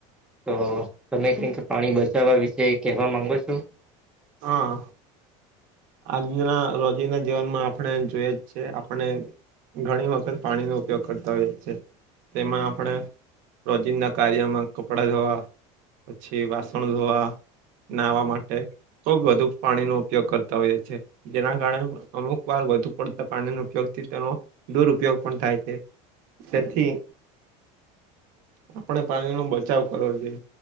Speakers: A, in the centre; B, on the right.
A: તો તમે ક કે પાણી બચ વા વિશે કહેવા માંગો છો?
B: હા. આજના રોજીના જીવનમાં આપણે જોઈ જ છે આપણે ઘણી વખત પાણીનો ઉપયોગ કરતા હોઈએ છે તેમાં આપણે રોજિનદા ના કાર્યમાં કપડા ધોવા પછી વાસણ ધવા નાહવા માટે ખુબ વધુ પાણીનો ઉપયોગ કર હો જ છે. જેના કારણે અમુક વાર વધુ પડતા પાણીનો ઉપયોગથી તેનો દુરપયોગ પણ થાય છે. તેથી આપણે પાણી નો બચાવ કરવો જોઈએ.